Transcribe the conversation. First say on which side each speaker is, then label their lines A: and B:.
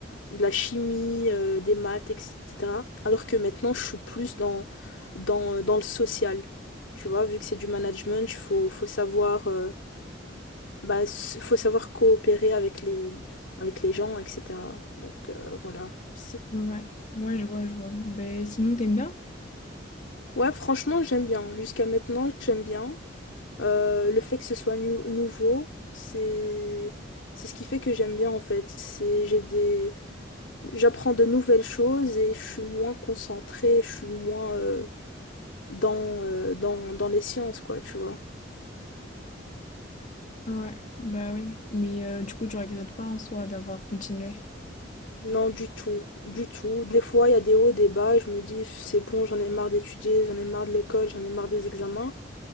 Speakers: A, on the left; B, on the left.
A: de la chimie, euh, des maths, etc. Alors que maintenant, je suis plus dans, dans, dans le social. Tu vois, vu que c'est du management, il faut, faut savoir... euh, bah, s- faut savoir coopérer avec les, avec les gens, etc. Donc euh, voilà. C'est-
B: Ouais, ouais, je vois, je vois. Ben, sinon, t'aimes bien?
A: Ouais, franchement, j'aime bien. Jusqu'à maintenant, j'aime bien. Euh, le fait que ce soit nu- nouveau, c'est c'est ce qui fait que j'aime bien en fait. C'est j'ai des j'apprends de nouvelles choses et je suis moins concentrée, je suis moins euh, dans, euh, dans dans les sciences quoi, tu vois.
B: Ouais, bah oui. Mais euh, du coup, tu regrettes pas en soi d'avoir continué.
A: Non, du tout, du tout. Des fois, il y a des hauts et des bas et je me dis c'est bon, j'en ai marre d'étudier, j'en ai marre de l'école, j'en ai marre des examens.